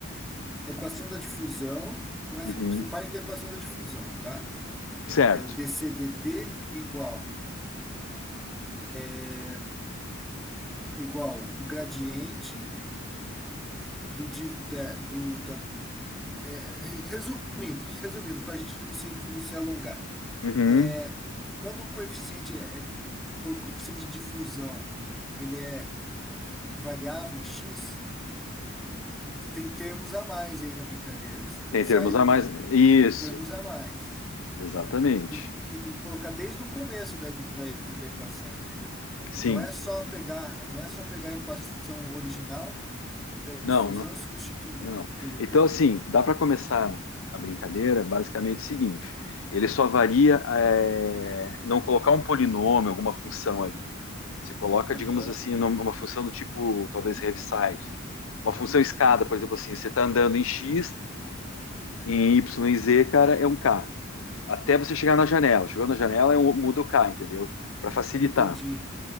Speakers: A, in the centre; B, on the left.
A: A equação da difusão, começa,
B: Uhum.
A: você parte da equação da difusão, tá?
B: Certo.
A: É o dCdt igual. é, igual o gradiente do, di- da- do da, é, re- resumindo, resumindo, para a gente não se, não se alongar,
B: Uhum.
A: é, quando o coeficiente é, é- co- coeficiente de difusão ele é variável em x, tem termos a mais aí na brincadeira.
B: Tem
A: Sai
B: termos
A: um
B: a mais. Isso,
A: tem termos a mais
B: exatamente.
A: que tem que, que tem que colocar desde o começo da, da, da equação, entendeu?
B: Sim.
A: Não é só pegar, não é só pegar a equação original da difusão
B: Não, não.
A: e substituir
B: não.
A: pelo
B: Então,
A: D.
B: assim, dá para começar a brincadeira basicamente o seguinte: ele só varia é, não colocar um polinômio, alguma função ali. Você coloca,
A: Aham,
B: digamos assim, num- uma função do tipo, talvez, Heaviside. Uma função escada, por exemplo, assim, você está andando em X, em Y e Z, cara, é um K. Até você chegar na janela. Chegou na janela, é um, muda o K, entendeu? Para facilitar,
A: entendi.